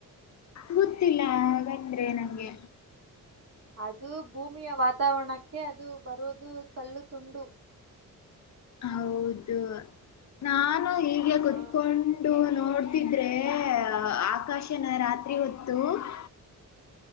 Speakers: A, on the left; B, on the right.
A: ಗೊತ್ತಿಲ್ಲ ಹಾಗಂದ್ರೆ ನಂಗೆ
B: ಅದು ಭೂಮಿಯ ವಾತಾವರಣಕ್ಕೆ ಅದು ಬರುವುದು ಕಲ್ಲು ತುಂಡು.
A: ಹೌದು ನಾನು ಹೀಗೆ
B: ಹಾ
A: ಕುತ್ಕೊಂಡು ನೋಡ್ತಿದ್ರೆ ಆಕಾಶನ ರಾತ್ರಿ ಹೊತ್ <unintelligible>
B: <inaudible>